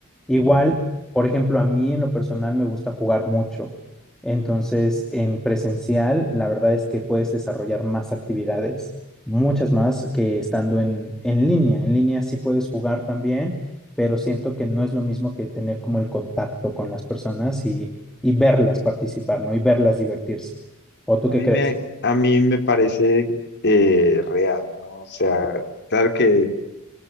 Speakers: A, on the left; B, in the centre.
A: sí.
B: Igual, por ejemplo, a mí en lo personal me gusta jugar mucho. Entonces, en presencial, la verdad es que puedes desarrollar más actividades, muchas más que estando en, en línea. En línea sí puedes jugar también, pero siento que no es lo mismo que tener como el contacto con las personas y, y verlas participar, ¿no? Y verlas divertirse. ¿O tú
A: A
B: qué
A: mí
B: crees?
A: me, a mí me parece eh, real, ¿no? O sea, claro que